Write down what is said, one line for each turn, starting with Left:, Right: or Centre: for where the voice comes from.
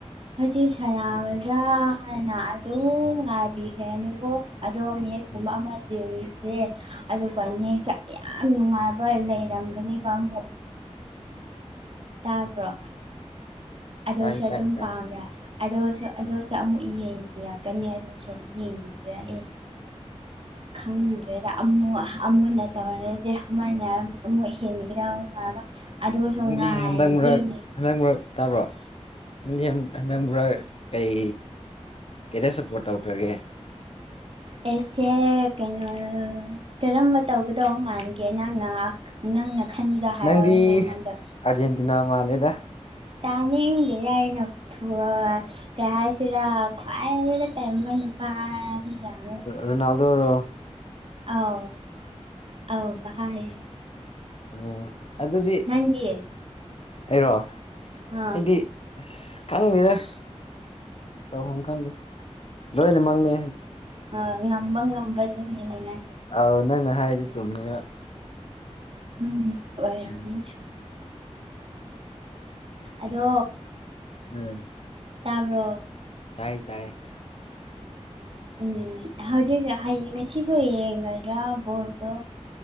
Right: ꯍꯧꯖꯤꯛ ꯁꯥꯟꯅꯕꯗ
Left: ꯎꯝ
Right: ꯍꯥꯟꯅ ꯑꯗꯨꯝ ꯉꯥꯏꯕꯤꯈ꯭ꯔꯦꯅꯦꯕꯣ ꯑꯗꯣ ꯃꯦꯁ
Left: ꯎꯝ
Right: ꯀꯨꯝꯕ ꯑꯃ ꯔꯤꯖꯦ ꯑꯗꯨꯒ ꯅꯦꯛꯁ ꯇ ꯌꯥꯝ ꯅꯨꯡꯉꯥꯏꯕ ꯂꯩꯔꯝꯒꯅꯦꯕ ꯑꯃꯨꯛ
Left: ꯎꯝ
Right: ꯇꯥꯕ꯭ꯔꯣ ꯑꯗꯨꯁꯨ
Left: ꯇꯥꯏ ꯇꯥꯏ
Right: ꯑꯗꯨꯝ
Left: ꯇꯥꯏ
Right: ꯄꯥꯝꯕꯔꯥ ꯑꯗꯨꯁꯨ
Left: ꯎꯝ
Right: ꯑꯗꯨꯁꯨ ꯑꯃꯨꯛ ꯌꯦꯡꯕꯤꯔꯛ ꯀꯅꯤ ꯍꯥꯏꯗꯨꯁꯨ ꯌꯦꯡꯉꯑꯦ
Left: ꯎꯝ
Right: ꯈꯪ ꯑꯃꯨ ꯑꯃꯨꯟꯅ ꯇꯧꯔꯗꯤ ꯑꯃꯥꯏꯅ ꯑꯃꯨꯛ ꯍꯦꯟꯒꯤꯗꯧ ꯃꯕ ꯑꯗꯨꯁꯨ
Left: ꯅꯪꯗꯤ
Right: ꯉꯥꯏ
Left: ꯍꯟꯗꯛ ꯃꯔꯛ
Right: ꯌꯦꯅꯦ
Left: ꯍꯟꯗꯛ ꯃꯔꯛ ꯇꯥꯕ꯭ꯔꯣ ꯅꯪꯗꯤ ꯌꯥꯝ ꯍꯟꯗꯛ ꯃꯔꯛ ꯀꯩ ꯀꯩꯗ ꯁꯞꯄꯣꯔꯠ ꯇꯧꯈ꯭ꯔꯒꯦ
Right: ꯑꯩꯁꯦ ꯀꯩꯅꯣ ꯀꯔꯝꯕ ꯇꯧꯒꯗꯧ ꯃꯥꯟꯒꯦ ꯅꯪꯅ ꯅꯪꯅ ꯈꯟꯕꯗꯣ ꯍꯥꯏꯔꯛꯑꯣꯅꯦ
Left: ꯅꯪꯗꯤ
Right: ꯑꯩꯉꯣꯟꯗ
Left: ꯑꯥꯔꯖꯦꯟꯇꯤꯅꯥ ꯃꯥꯜꯂꯦꯗ
Right: ꯇꯥꯅꯤꯡꯗꯦ ꯔꯥꯏꯅꯊ ꯀꯩ ꯍꯥꯏꯁꯤꯔ ꯈ꯭ꯋꯥꯏꯗ ꯇꯥꯟꯕ ꯅꯨ ꯄꯥꯏ ꯌꯥꯝꯃꯦ ꯑꯗꯨꯗ
Left: ꯔꯣꯅꯥꯜꯗꯣ ꯔꯣ
Right: ꯑꯧ ꯑꯧ ꯀꯥ ꯍꯥꯏꯌꯦ
Left: ꯑꯥ ꯑꯗꯨꯗꯤ
Right: ꯅꯪꯗꯤ
Left: ꯑꯩꯔꯣ
Right: ꯑꯥ
Left: ꯑꯩꯗꯤ ꯑꯁ ꯈꯪꯗꯦꯗꯁ ꯇꯧꯐꯝ ꯈꯪꯗꯦ ꯂꯣꯏꯅ ꯃꯪꯉꯦ
Right: ꯎ ꯉꯝꯕ ꯉꯝꯕ ꯗꯨꯅꯤꯅꯦ ꯅꯪꯒꯤꯗꯤ
Left: ꯑꯥꯎ ꯅꯪꯅ ꯍꯥꯏꯔꯗꯤ ꯆꯨꯝꯃꯦꯕ
Right: ꯎꯝ ꯑꯣꯏꯔꯝꯅꯤ
Left: ꯎꯝ
Right: ꯑꯗꯣ
Left: ꯎꯝ
Right: ꯇꯥꯕ꯭ꯔꯣ
Left: ꯇꯥꯏ ꯇꯥꯏꯌꯦ
Right: ꯎꯝ ꯍꯧꯖꯤꯛ ꯍꯌꯦꯡ ꯉꯁꯤꯁꯨ ꯌꯦꯡꯒꯗ꯭ꯔꯥ ꯕꯣꯜꯗꯣ